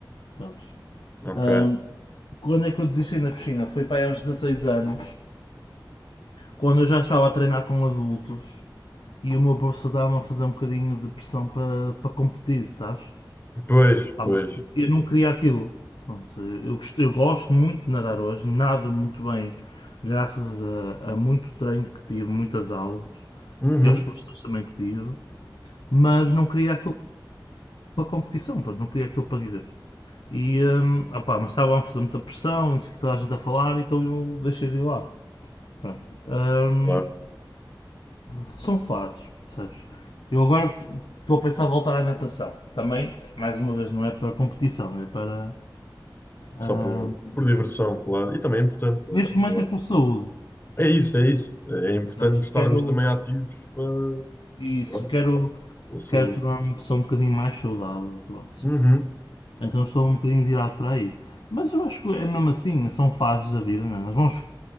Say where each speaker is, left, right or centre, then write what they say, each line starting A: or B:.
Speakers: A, on the left; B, on the left.
A: Prontos.
B: Ok.
A: Ahm, quando é que eu desisti na piscina? Foi para aí aos 16 anos, quando eu já estava a treinar com adultos e o meu professor estava-me a fazer um bocadinho de pressão para para competir, sabes?
B: Pois,
A: Pá,
B: pois.
A: mas eu não queria aquilo. Pronto, eu, eu gost- eu gosto muito de nadar hoje, nado muito bem, graças a, a muito treino que tive, muitas aulas
B: Uhum.
A: e aos professores também que tive, mas não queria aquilo para competição, pá, não queria aquilo para viver. E, hum, opá, mas estavam a fazer muita pressão, e não sei o que toda a gente a falar, então eu deixei de ir lá. Pronto, hum,
B: Claro.
A: são fases, percebes? Eu agora estou a pensar em voltar à natação. Também, mais uma vez, não é para competição, é para. hum,
B: Só por, por diversão, claro. E também é importante, não
A: Neste
B: é? Na
A: momento
B: verdade.
A: é por saúde,
B: É isso, é isso. É importante
A: sabes?
B: estarmos
A: Quero
B: também ativos para,
A: isso,
B: pronto,
A: quero,
B: pela saúde.
A: quero tornar-me uma pessoa um bocadinho mais saudável, pronto.
B: Uhum.
A: Então estou um bocadinho virado para aí. Mas eu acho que é mesmo assim, são fases da vida, não é? Nós vamos